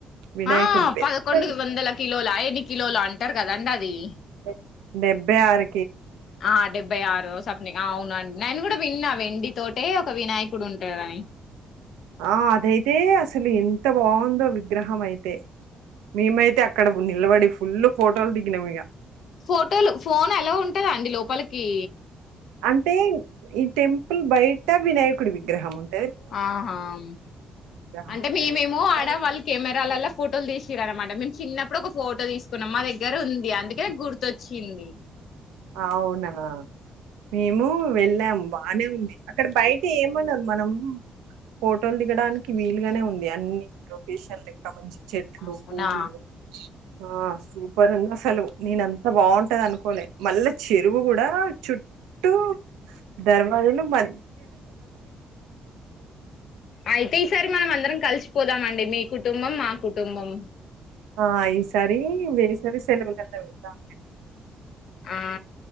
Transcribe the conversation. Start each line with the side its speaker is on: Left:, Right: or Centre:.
Right: వినాయకుడిది
Left: ఆ
Right: పెద్ద
Left: పదకొండు వందల కిలోల అయన్ని కిలోల అంటారు కదాండి అది డి
Right: డె- డెబ్బై ఆర్
Left: ఆ డెబ్బై ఆరు సప్ని అవున్ నన్ నేను కూడా విన్నా వెండి తోటే ఒక వినాయకుడు ఉంటాడని
Right: ఆ అదైతే అసలు ఎంత బాగుందో విగ్రహం అయితే, మేమైతే అక్కడ నిలబడి ఫుల్ ఫోటోలు దిగినం ఇగ
Left: ఫోటోలు ఫోన్ అలో ఉంటందా అండి లోపలికి
Right: అంటే ఈ టెంపుల్ బయట వినాయకుడి విగ్రహము న్
Left: ఆహా హామ్
Right: విగ్రహం
Left: అంటే
Right: ఉంటది.
Left: మేమేమో ఆడ
Right: బయ
Left: వాళ్ కెమెరాలలా ఫోటోలు తీషిర్ అనమాట మేం చిన్నప్పుడు ఒక ఫోటో తీసుకున్నాం. మా దగ్గర ఉం. ది అందుకే గుర్తొచ్చింది
Right: అవునా! మేము వెళ్ళాము బానే ఉంది. అక్కడ బయట ఏమనరు మనం ఫోటోలు దిగడానికి వీల్ గానే ఉంది. అన్ని లొకేషన్లు ఎక్క మంచి చెట్లు
Left: అవునా
Right: పూవ్లు ఆ సూపర్ ఉంది అసలు నేన అంత బావుంటదనుకోలే మళ్ళ చెరువు కూడా చుట్టూ ధర్వాజులు మన
Left: అయితే ఈసారి మనం అందరం కలిసిపోదామండి మీ కుటుంబం మా కుటుంబం
Right: ఆ ఈసారి వేపవి సెలవల ల్లో వెళ్దాం లెండి
Left: ఆ